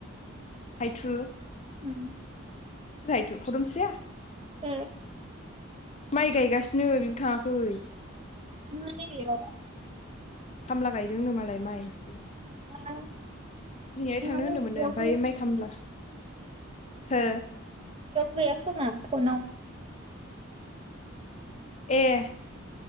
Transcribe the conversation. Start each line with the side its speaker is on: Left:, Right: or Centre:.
Left: हायथु
Right: ओ
Left: सोरहायथु फदुमस्रिया
Right: उम
Left: माइ गायगासिनो बेबो थाङाखै
Right: <unintelligible>
Left: खामला गायदोंनो मालाय माइ
Right: <inaudible>
Left: बेहा दिनैहाय
Right: <unintelligible> बेयाव
Left: थांनो होनदोंमोननो ओमफ्राय माइ खामला हो
Right: गैया खोमा फनाव
Left: ए